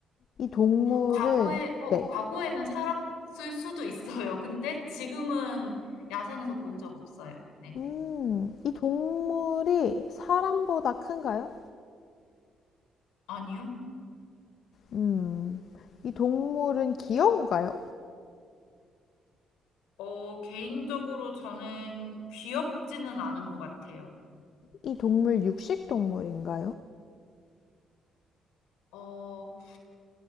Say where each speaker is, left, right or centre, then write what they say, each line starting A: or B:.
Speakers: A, on the left; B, on the left.
A: 이 동물은
B: 과거에, 어,
A: 네.
B: 과거에는 살았을 수도 있어요. 근데 지금은 야생에서 본 적 없어요. 네.
A: 음, 이 동물이 사람보다 큰가요?
B: 아니요.
A: 음, 이 동물은 귀여운가요?
B: 어, 개인적으로 저는 귀엽지는 않은 것 같아요.
A: 이 동물 육식 동물인가요?
B: 어,